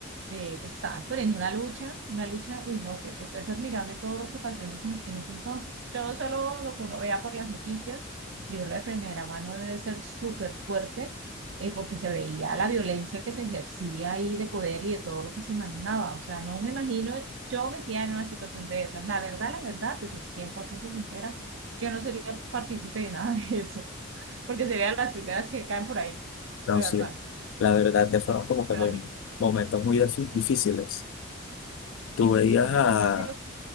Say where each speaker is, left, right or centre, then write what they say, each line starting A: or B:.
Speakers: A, on the right; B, on the left.
A: de, pues estaban poniendo una lucha, una lucha, uy, no, que pues es admirable todo lo que en ese, en ese entonces. Yo solo lo que uno vea por las noticias, vivirlo de primera mano debe ser súper fuerte, eh, porque se veía la violencia que se ejercía ahí de poder y de todo lo que se manejaba. O sea, no me imagino yo metía en una situación de esas. La verdad, la verdad, te soy 100% sincera, yo no sería partícipe de nada de eso, porque serían las primeras que caen por ahí,
B: No,
A: de verdad.
B: sí, la verdad que fueron como que
A: Pero
B: muy,
A: a mí,
B: momentos muy difí- difíciles.
A: es-
B: Tú veías
A: sí, fue
B: a,
A: súper fuerte y lo,